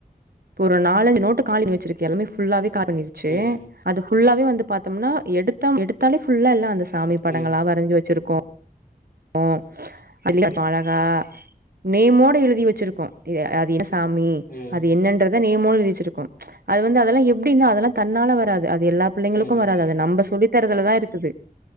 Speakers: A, on the right (about 70°); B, on the left (about 65°).
A: இப்போ ஒரு நாலஞ்சு நோட்டு காலி பணி வச்சிருக்கு எல்லாமே ஃபுல்லாவே காலி பண்ணிடுச்சு
B: ம் ம்
A: அது ஃபுல்லாவே வந்து பாத்தோம்னா எடுத்தா எடுத்தாலே ஃபுல்லா எல்லா அந்த சாமி படங்களா
B: ம்
A: வரைஞ்சு வச்சிருக்கு கு அதி <inaudible> அழகா நேமோட எழுதி வச்சிருக்கும் அது எந் சாமி
B: ம்
A: அது என்னன்றத நேமோட எழுதி வச்சுருக்கும் அது வந்து அதெல்லா எப்டின் அதெல்லா தன்னால வராது அது எல்லா புள்ளைங்களுக்கும்
B: ம்
A: வராது அது நம்ப சொல்லி தரதுல தா இருக்குது